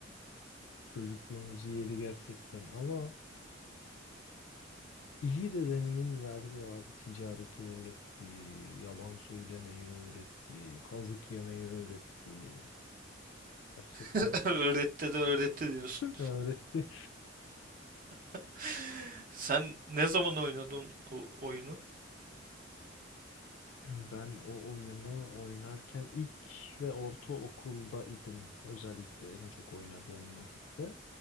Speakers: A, on the left; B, on the right.
A: çocukluğumuzu yedi gerçekten ama iyi de deneyim verdi abi. Ticareti öğretti, yalan söylemeyi öğretti, kazık yemeyi öğretti. Gerçekten
B: <laughs> Öğretti de öğretti diyorsun.
A: öğretti.
B: <laughs> Sen ne zaman oynadın o oyunu?
A: Ben o oyunu oynarken ilk ve ortaokulda idim. Özellikle en çok oynadığım vakitte.